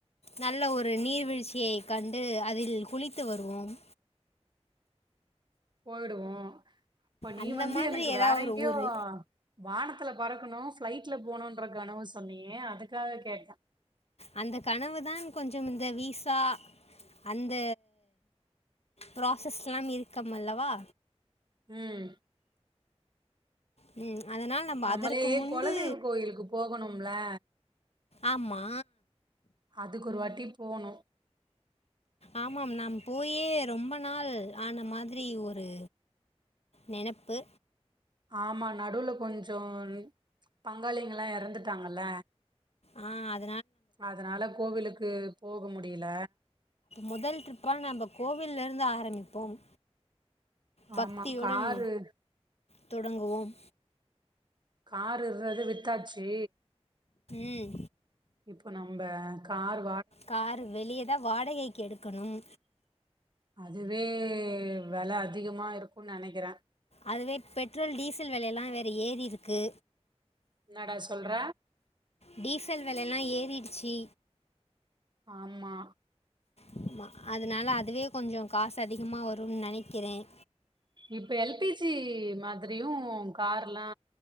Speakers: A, on the left; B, on the right.
A: நல்ல ஒரு நீர்வீழ்ச்சியை கண்டு அதில் குளித்து வருவோம்
B: போய்டுவோ இப்ப நீ
A: அந்த
B: வந்து
A: மாதிரி
B: எனக்கு
A: ஏதாவது
B: வேற
A: ஒரு
B: எங்கயோ
A: ஊர்
B: வானத் காத்துல பறக்கணு ப்ளைட்ல போணுன்ற கனவ சொன்னியே அதுக்காக கேட்ட
A: அந்த கனவு தான் கொஞ்சம் இந்த விசா அந்த ப்ராசஸ்ல்லாம் இருக்குமல்லவா
B: ம்
A: ம் அதனால் நம்ம
B: நம்மளே
A: அதற்கு முன்பு
B: கொலதெய்வ கோயிலுக்கு போகணும் ல
A: ஆமா
B: அதுக்கு ஒரு வாட்டி போனு
A: ஆமாம் நாம் போயே ரொம்ப நாள் ஆன மாதிரி ஒரு நெனப்பு
B: ஆமா நடுவுல கொஞ்சோ பங்காளிங்கல்லா எறந்துட்டாங்கல்ல
A: ஆ அது
B: அதனால கோவிலுக்கு போக மு டில
A: மொதல் ட்ரிப்பா நம்ப கோவில்லருந்து ஆரம்பிப்போம் பக்தியுடன்
B: ஆமா காரு
A: தொடங்குவோம்
B: காரு இருந்தது வித்தாச்சி
A: ம்
B: இப்ப நம்ப காரு
A: காரு வெளியதா வாடகைக்கி எடுக்கணும்
B: அதுவே வெல அதிகமா இருக்குனு நினைக்கிறேன்
A: அதுவே பெட்ரோல் டீசல் வெலையல்லாம் வேற ஏறிருக்கு
B: என்னடா சொல்ற
A: டீசல் வெலல்லா ஏறிடுச்சி
B: ஆமா
A: ப்ச் அதனால அதுவே கொஞ்சம் காசு அதிகமா வரும்னு நினைக்கிறேன்
B: இப்ப எல் பி ஜி மாதிரியும் கார்லா